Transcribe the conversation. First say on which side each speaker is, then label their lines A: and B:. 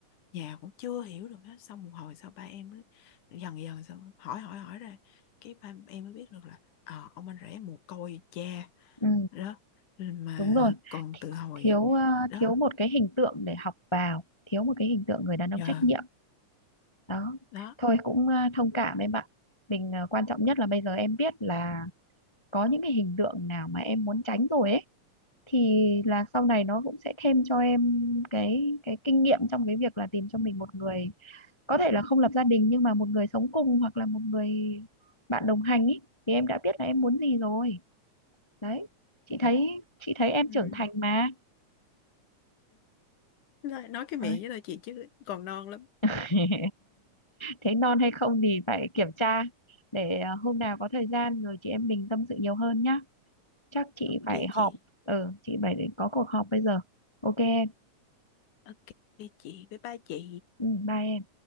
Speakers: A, on the left; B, on the left.
A: nhà cũng chưa hiểu được hết xong một hồi sau ba em mới dần dần xong hỏi hỏi hỏi ra cái ba em mới biết được là ờ, ông anh rể mồ côi cha
B: ừ
A: đó mà
B: đúng rồi
A: còn từ hồi
B: thiếu ờ,
A: đó
B: thiếu một cái hình tượng để học vào thiếu một cái hình tượng người đàn
A: giờ
B: ông trách nhiệm đó
A: đó
B: thôi cũng ờ, thông cảm em ạ mình ờ, quan trọng nhất là bây giờ em biết là có những cái hình tượng nào mà em muốn tránh rồi ấy thì là sau này nó cũng sẽ thêm cho em cái cái kinh nghiệm trong cái việc là tìm cho mình một người có thể là không lập gia đình nhưng mà một người sống cùng hoặc là một người bạn đồng hành ý thì em đã biết là em muốn gì rồi đấy chị thấy chị thấy em
A: Ừ.
B: trưởng thành mà
A: Nói, nói cái
B: Ơi.
A: miệng với tôi chị chứ còn non lắm
B: <laughs> thế non hay không thì phải kiểm tra để à, hôm nào có thời gian rồi chị em mình tâm sự nhiều hơn nhá chắc chị
A: ok
B: phải
A: chị
B: họp ừ chị phải có cuộc họp bây giờ ok em
A: ok chị bye bye chị
B: ừ, bye em